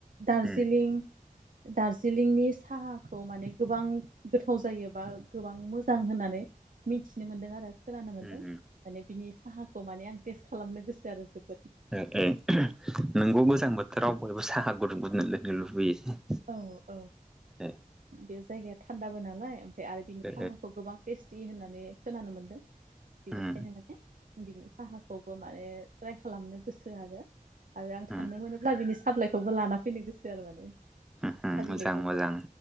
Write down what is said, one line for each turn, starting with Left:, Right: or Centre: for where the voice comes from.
Right: दार्जिलिं
Centre: उम
Right: दार्जिलिंनि साहाखौ माने गोबां गोथाव जायो बा गोबां मोजां होननानै मिथिनो मोनदों आरो खोनानो मोन्दों
Centre: उम उम
Right: माने बिनि साहाखौ माने आं टेस्ट खालामनो गोसो आरो जोब
Centre: ओ ओ नोंगौ गोजां बोथोराव बयबो साहा गुदुं गुदुं लोंनो लुबैयो
Right: औ औ
Centre: ओ
Right: बे जायगाया थान्दाबो नालाय ओमफ्राय आरो बिनि
Centre: ओ
Right: साहाखौ गोबां टेस्टि होननानै खोनानो मोन्दों बेनिखायनो
Centre: उम
Right: माने बिनि साहाखौबो माने ट्राइ खालामनो गोसो आरो आरो आं
Centre: उम
Right: थांनो मोनोब्ला बिनि साफ्लाइखौबो लाना फैनो गोसो आरो माने
Centre: उम
Right: सा
Centre: मोजां
Right: बिलाइखौबो
Centre: मोजां